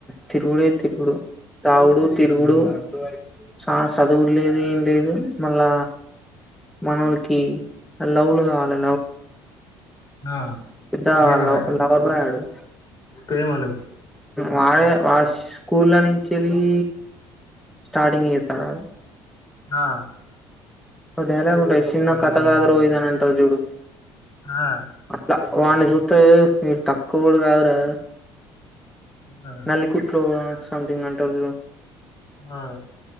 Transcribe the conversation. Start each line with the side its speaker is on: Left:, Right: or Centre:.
Centre: తిరుగుడే తిరుగుడు తావుడు తిరుగుడు సా చదువు లేదు ఏం లేదు మళ్ళా మనవులకి <unintelligible> కావాలి
Left: ఆ
Centre: పెద్ద
Left: ప్రేమళ
Centre: లవ్ లవర్ బాయ్ ఆడు
Left: ప్రేమలు
Centre: వాడే వాడు స్కూల్ల నుంచి వెల్లీ స్టార్టింగ్ ఏత్తానాడు
Left: ఆ
Centre: ఒ డైలాగు ఉంటయి చిన్న కథ కాదురో ఇదని అంటరు చూడు
Left: ఆ
Centre: అ వాన్ని జూత్తే మీరు తక్కువ కూడా కావురా
Left: ఆ
Centre: నల్లికుట్లో సంథింగ్ అంటరు జూడు
Left: ఆ